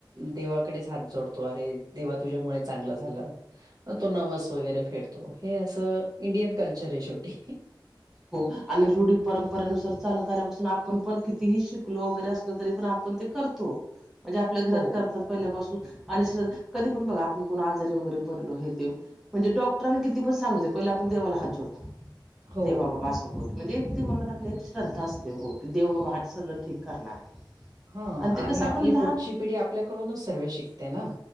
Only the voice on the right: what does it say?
देवाकडेच हात जोडतो अरे देवा तुझ्यामुळे चांगलं झालं मग तो नवस वगैरे फेडतो हे असं इंडियन कल्चर आहे शेवटी.
हो,
हो.
हा
आणि
आपली
पुढची पिढी आपल्याकडूनच सगळ शिकते ना.